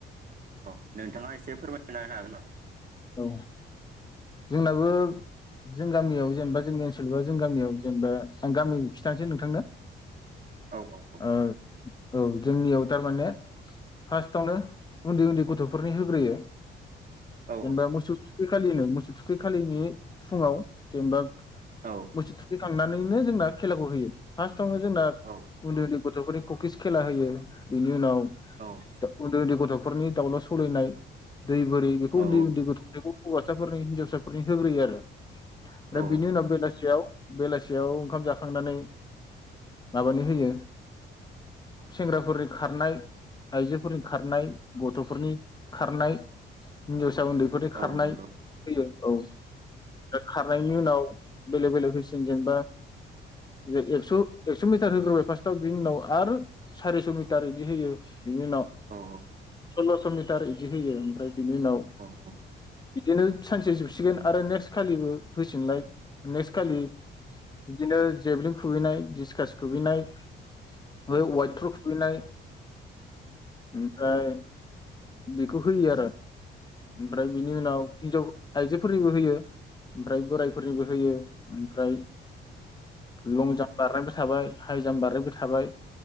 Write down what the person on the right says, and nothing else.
औ नों थाङा एसे फोरमायना होनो हागोन नामा
औ औ औ
औ
औ
औ
औ
औ
औ
औ नंगौ
औ
औ औ
औ